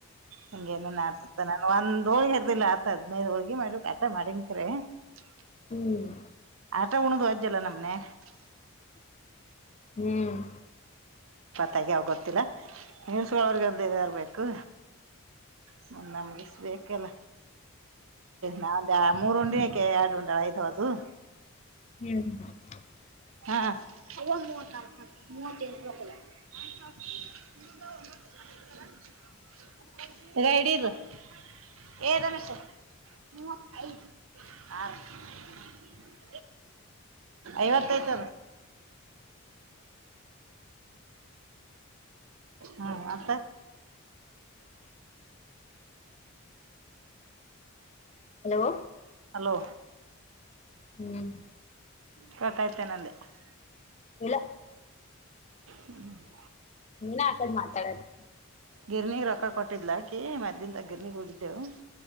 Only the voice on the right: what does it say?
ಹಂಗೇನನು ಆತತ್ತ ನಾನ ಒಂದು <unintelligible> ಹೋಳಿಗೆ ಹರ್ದಿಲ್ಲ ಅತ್ ಹತ್ತ ಹದನೈದ ಹೋಳ್ಗಿ ಮಾಡಿ ಕರೆ ಆಟ ಮಾಡನ್ ಕಡೆ <unintelligible>
ಮಟ ಉಣದು ಅಜ್ಜಲ್ಲ ನಮ್ನೆ <unintelligible>
ತಗ್ಯವ ಗೊತ್ತಿಲ್ಲ ನಿರ್ಸವ್ರಗಂತರ್ಬೇಕು <unintelligible> ನಮ್ಗೆಷ್ಟ ಬೇಕಲ್ಲ ನಾವ ಯ <unintelligible> ಮೂರ್ ಉಂಡಿ ಯಾಕೆ ಎರಡು ಗಂಟೆ ಆಯ್ತ ಹದು <unintelligible>
ಹಾ ಹ ಮೂವಾರ ಮೂವಕಲ್ಲ <unintelligible> <inaudible> ಗಡಿರು <unintelligible> ಏ ಗಣೇಶ್ ಮೂವತೈದ ಆರ್ <unintelligible> ಐವತ್ತೈತದ
ಹಾ ಅತ್
ಹಲೋ
ಕೊಟ್ಟಾಯತೆ ನಂದ <unintelligible>
ಹ್ಮ್ <inaudible>
ಗಿರ್ನಿಗೆ ರೊಕ್ಕ ಕೊಟ್ಟಿದಲ ಅಕಿ ಮದ್ಯಾನ ದಾಗ ಗಿರ್ನಿಗೆ ಹೋಗಿದ್ದೆವು